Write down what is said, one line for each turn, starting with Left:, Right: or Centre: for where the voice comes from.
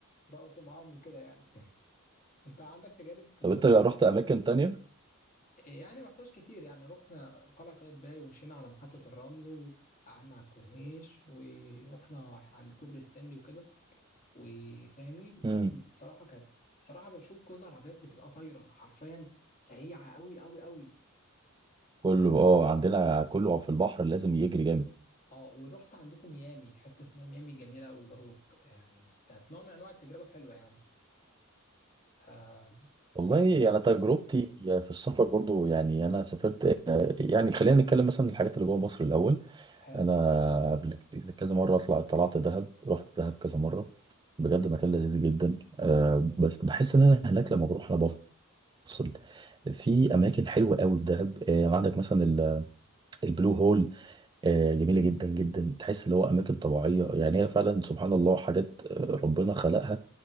Left: رقصوا معاهم وكده يعني <laughs> انت عندك تجارب في السفر
Right: طب انت رحت اماكن تانية
Left: يعني ما رحناش كتير يعني رحنا قلعة قايتباي ومشينا على محطة الرمل وقعدنا على الكورنيش ورحنا عند كوبري ستانلي وكده وفاهمني وكانت
Right: امم
Left: صراحة كانت صراحة بشوف كل العربيات بتبقى طايرة حرفيا سريعة قوي قوي قوي
Right: كله
Left: اه
Right: اه عندنا كله في البحر لازم يجري جامد
Left: آه، ورحت عندكم ميامي حتة اسمها ميامي جميلة قوي برضو يعني كانت نوع من انواع التجربة حلوة يعني آه
Right: والله
Left: فاهمني
Right: انا تجربتي في السفر برضو يعني انا سافرت يعني خلينا نتكلم مثلا الحاجات اللي جوه مصر الاول
Left: حلو
Right: انا قبل كذا مره اطلع طلعت دهب رحت دهب كذا مره بجد مكان لذيذ جدا أه بس بحس ان انا هناك لما بروح انا بفصل في اماكن حلوه قوي في دهب أه يعني عندك مثلا ال- البلو هول أه جميله جدا جدا تحس اللي هو اماكن طبيعيه يعني هي فعلا سبحان الله حاجات آه، ربنا خلقها